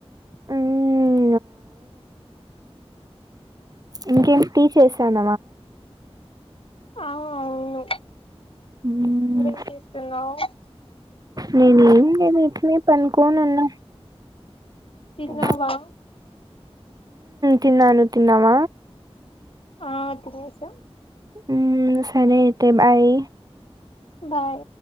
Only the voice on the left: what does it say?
అ అవును
నువ్వేం చేస్తున్నావు
తిన్నావా
ఆ <unintelligible>
బాయి